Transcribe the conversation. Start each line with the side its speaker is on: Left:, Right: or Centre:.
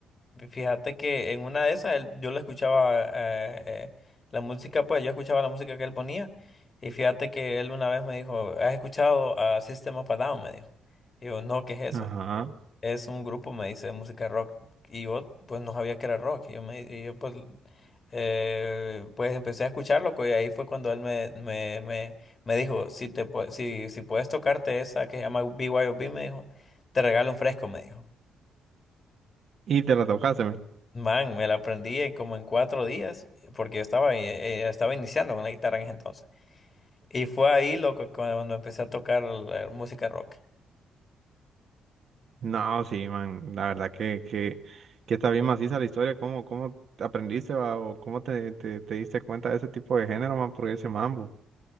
Left: Fíjate que en una de esas él- yo le escuchaba eh, eh, la música, pues yo escuchaba la música que él ponía y fíjate que él una vez me dijo, ¿has escuchado a System of a Down? Me dijo. Y yo, no, ¿qué es eso?
Right: ajá.
Left: Es un grupo, me dice, de música rock. Y yo, pues no sabía que era rock. Y yo, me, y yo pues, eh, pues empecé a escucharlo y ahí fue cuando él me, me, me, me dijo, si, te, pue- si, si puedes tocarte esa que se llama BYOB, me dijo, te regalo un fresco, me dijo.
Right: Y te la tocaste, men.
Left: Man, me la aprendí en como en cuatro días, porque yo estaba, eh, eh, estaba iniciando con la guitarra en ese entonces. Y fue ahí, loco, cuando empecé a tocar la música rock.
Right: No, sí, man, la verdad que, que, que está bien maciza la historia. ¿Cómo, cómo aprendiste, va? ¿O cómo te, te, te diste cuenta de ese tipo de género, man? Porque ese mambo.